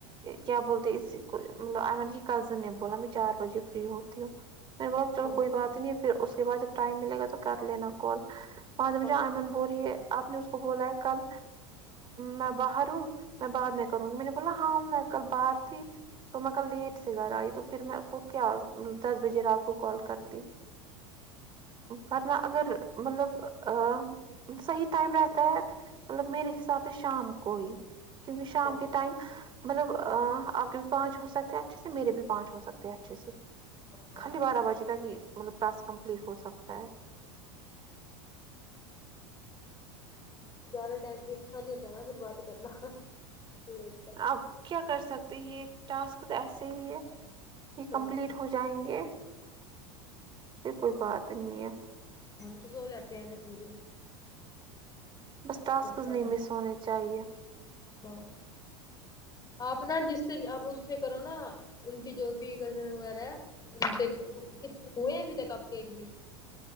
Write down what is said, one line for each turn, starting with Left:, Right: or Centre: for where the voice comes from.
Right: کیا بولتے
Left: اچھا
Right: اسی کو مطلب آئی م کی کزن نے بولا میں چار بجے فری ہوتی ہوں میں ب چلو
Left: ہاں
Right: کوئی بات نہیں ہے پھر اس کے بعد جب ٹائم ملے گا تو کر لینا کال وہاں سے مھا
Left: ہاں
Right: آئمن بول رہی ہے آپ نے اس کو بولا ہے کل میں باہر ہوں میں بعد میں کروں گی میں نے بولا ہاں میں کل باہر تھی تو میں کل لیٹ سے گھر آئی تو پھر میں اس کو کیا دس بجے رات کو کال کرتی پھرنہ اگر مطلب ا صحیح ٹائم رہتا ہے مطلب میرے حساب سے شام کو ہی کیونکہ شام
Left: ہاں
Right: کے ٹائم مطلب آپ کے بھی پانچ ہو سکتے ہیں اچھے سے میرے بھی پانچ ہو سکتے ہیں اچھے سے
Left: ہاں
Right: خالی بارہ بجے تک ہی مطلب ٹاسک کمپلیٹ ہو سکتا ہے
Left: زیاد ٹائم بھی اچھا نہیں ہوتا نا پھر بات کرنا ت
Right: آپ کیا کر سکتے یہ ٹاسک تو ایسے ہی ہے یہ کمپلیٹ
Left: ہاں
Right: ہو جائیں گے پھر کوئی بات نہیں ہے
Left: ہم تو سو جاتے ہیں دس وج
Right: بس ٹاسکز
Left: ساڑھے
Right: نہیں
Left: دس
Right: مس ہونے چاہیے
Left: ہاں آپ نا جس سے بھی آپ اس سے کرو نا ان کی جو بھی کزن وغیرہ ہے ان سے ہوئے ہیں ابھی تک ایک بھی